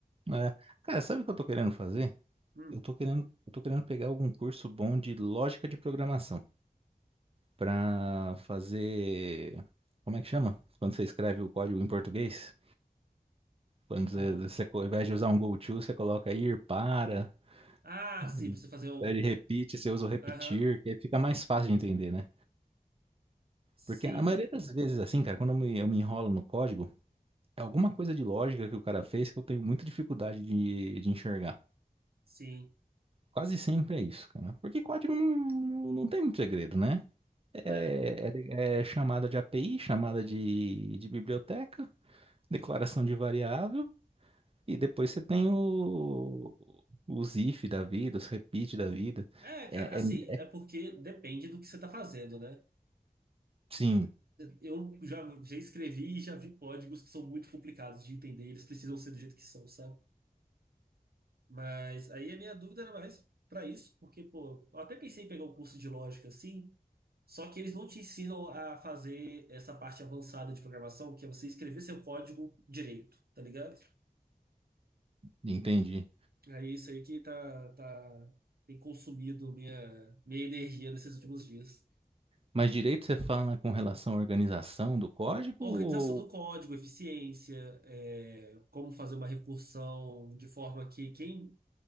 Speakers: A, on the right (about 35°); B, on the right (about 75°).
A: É, cara, sabe o que eu tô querendo fazer?
B: Hum.
A: Eu tô querendo, eu tô querendo pegar algum curso bom de lógica de programação pra fazer. Como é que chama? Quando você escreve o código em português? Quando você,
B: Ah,
A: você, ao invés de usar um go to, você coloca ir para.
B: ah, sim,
A: Ele
B: você fazer um.
A: Pede repeat, você usa o repetir,
B: Aham,
A: que aí fica mais fácil de entender, né?
B: sim.
A: Porque a maioria das vezes, assim, cara, quando eu me, eu me enrolo no código, é alguma coisa de lógica que o cara fez que eu tenho muita dificuldade de, de enxergar.
B: Sim,
A: Quase sempre é isso, cara. Porque código não, não não tem muito segredo, né? É,
B: né?
A: é- é chamada de API, chamada de, de biblioteca, declaração de variável, e depois você tem o, os if da vida, os repeat da vida.
B: É, cara,
A: É,
B: assim,
A: é-
B: é porque depende do que você tá fazendo, né?
A: sim,
B: Eu já, já escrevi e já vi códigos que são muito complicados de entender, eles precisam ser do jeito que são, sabe? Mas aí a minha dúvida era mais pra isso, porque, pô, eu até pensei em pegar um curso de lógica assim, só que eles não te ensinam a fazer essa parte avançada de programação, que é você escrever seu código direito, tá ligado?
A: entendi.
B: É isso aí que tá, tá, tem consumido minha, minha energia nesses últimos dias.
A: Mas direito você fala com relação à organização do código?
B: Organização
A: ou-
B: do código, eficiência, é, como fazer uma recursão de forma que quem.